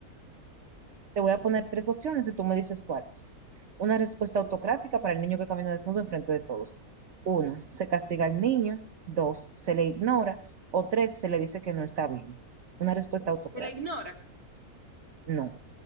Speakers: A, on the right (about 50°); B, on the right (about 75°).
A: te voy a poner tres opciones y tú me dices cuáles. Una respuesta
B: Ok.
A: autocrática para el niño que camina desnudo enfrente de todos. Uno, se castiga al niño. Dos, se le ignora. O tres, se le dice que no está bien. Una respuesta autocrática.
B: ¿Te la ignora?
A: No.